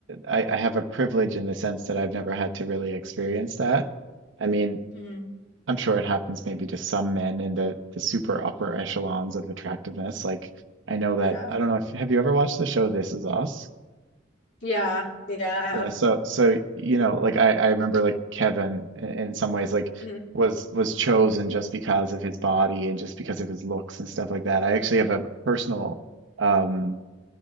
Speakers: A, on the right; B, on the left.
A: I, I have a privilege in the sense that I've never had to really experience that. I mean,
B: hmm
A: I'm sure it happens maybe to some men in the the super upper echelons of attractiveness. Like I know that
B: Yeah.
A: I don't know if have you ever watched the show This Is Us?
B: Yeah. Yeah, I have.
A: Yeah, so so you know, like I I remember like Kevin in, in some ways like
B: hmm
A: was was chosen just because of his body and just because of his looks and stuff like that. I actually have a personal um